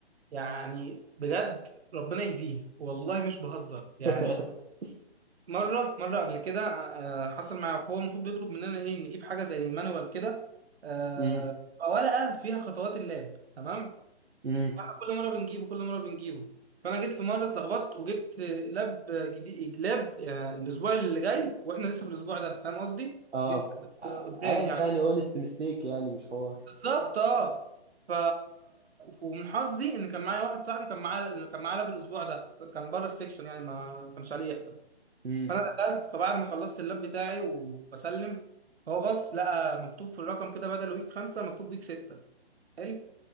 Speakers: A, on the right; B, on the right.
A: يعني بجد ربنا يهديه والله مش بهزر يعني
B: <laughs>
A: مره مره قبل كده آه، آه، حصل معايا هو المفروض بيطلب مننا ايه نجيب حاجه زي مانوال كده آه،
B: امم
A: تبقى ورقه فيها خطوات اللاب تمام
B: امم
A: فاحنا كل مره بنجيبه كل مره بنجيبه فانا جيت في مره اتلخبطت وجبت لاب جديد لاب يعني الاسبوع اللي جاي واحنا لسه في الاسبوع ده فاهم قصدي
B: اه
A: جبت
B: ع-
A: آه، قدام
B: عادي
A: يعني
B: يعني اونست ميستيك يعني مش حوار
A: بالظبط اه ف ومن حظي ان كان معايا واحد صاحبي كان معاه كان معاه لاب الاسبوع ده كان بره السكشن يعني ما كانش عليه يحضر
B: امم
A: فانا دخلت فبعد ما خلصت اللاب بتاعي وبسلم هو بص لقى مكتوب في الرقم كده بدل ويك خمسه مكتوب ويك سته حلو